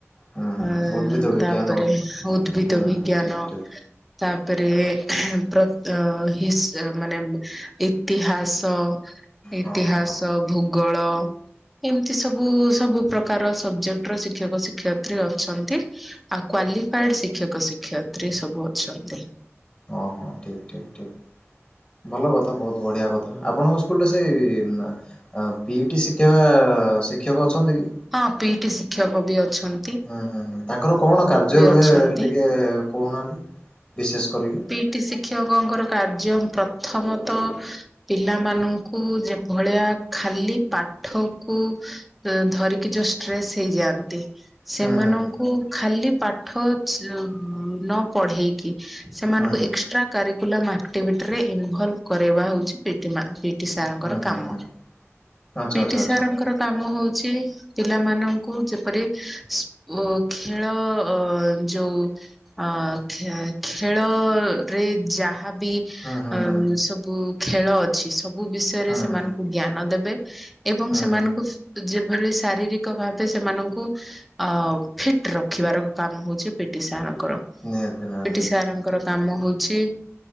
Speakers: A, on the left; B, in the centre.
A: ହୁଁ ହୁଁ
B: ଅ,
A: ଉଦ୍ଭିଦ ବିଜ୍ଞାନ
B: ତାପରେ ଉଦ୍ଭିଦ
A: ହୁଁ
B: ବିଜ୍ଞାନ।
A: ଠିକ୍ ଠିକ୍
B: ତାପରେ ପ୍ର ଅଁ, ହିସ୍ ଏ ମାନେ ଇତିହା ସ ଇତିହାସ
A: ହଁ ହଁ ହଁ
B: ଭୂଗଳ ଏମତି ସବୁ ସବୁ ପ୍ରକାର ସବଜେକ୍ଟର ଶିକ୍ଷକ ଶିକ୍ଷୟ ତ୍ରି ଅଛନ୍ତି ଆଉ କ୍ଵାଲିଫାଏଡ ଶିକ୍ଷକ ଶିକ୍ଷୟତ୍ରୀ ସବୁ ଅଛନ୍ତି।
A: ଓହୋ ଠିକ ଠିକ ଠିକ। ଭଲ କଥା ବୋହୁତ ବଢିଆ କଥା ଆପଣଙ୍କ ସ୍କୁଲରେ ସେଇ ନା ଆଉ ପି ଟି ଶିଖେଇବା ଶିକ୍ଷକ ଅଛନ୍ତି କି?
B: ହଁ ପି ଟି ଶିକ୍ଷକ ବି ଅଛନ୍
A: ହୁଁ ହୁଁ ହୁଁ ତାଙ୍କର କଣ କାର୍ଯ୍ୟ ରୁହେ
B: ଅଛନ୍ତି।
A: ଟିକେ କୋହୁନାହାନ୍ତି ବିଶେଷ କରିକି।
B: ପି ଟି ଶିକ୍ଷକଙ୍କର କାର୍ଯ୍ୟ ପ୍ରଥମତ ପିଲାମାନଙ୍କୁ ଯେଭଳିଆ ଖାଲି ପାଠକୁ ଉ ଧରିକି ଯୋଉ ଷ୍ଟ୍ରେସ୍ ହେଇଯାଆନ୍ତି ସେମାନଙ୍କୁ
A: ହୁଁ ହୁଁ
B: ଖାଲି ପାଠ ଚ୍ ନ ପଢେଇକି ସେମାନଙ୍କୁ
A: ହୁଁ ହୁଁ
B: ଏକ୍ସଟ୍ରା କାରିକୁଲମ୍ ଆକ୍ଟିଭିଟିରେ ଇନଭଲଭ୍ କରେଇବା ହୋଉଚି ପି ଟି ମା ପି ଟି ସାରଙ୍କର
A: ହୁଁ ହୁଁ
B: କାମ
A: ହୁଁ ଆଚ୍ଛା
B: ପି
A: ଆଚ୍ଛା
B: ଟି
A: ଆଚ୍ଛା
B: ସାରଙ୍କର କାମ ହୋଉଚି ପିଲାମାନଙ୍କୁ ଯେପରି ସ୍ ଖେଳ ଅ ଯୋଉ ଅ ଖେ ଖେଳରେ ଯାହାବି
A: ହୁଁ ହୁଁ।
B: ଅମ୍
A: ହୁଁ
B: ସବୁ ଖେଳ ଅଛି ସବୁ ବିଷୟରେ
A: ହୁଁ
B: ସେମାନଙ୍କୁ
A: ହୁଁ
B: ଜ୍ଞାନ ଦେବେ ଏବଂ
A: ହୁଁ
B: ସେମାନଙ୍କୁ
A: ହୁଁ
B: ଯେଭଳି ଶାରୀରିକ ଭାବେ ସେମାନଙ୍କୁ ଅ ଫିଟ୍ ରଖିବାର କାମ ହୋଉଚି ପି ଟି ସାରଙ୍କର।
A: ନିହାତି ନିହା
B: ପି ଟି ସାରଙ୍କର କାମ ହୋଉଛି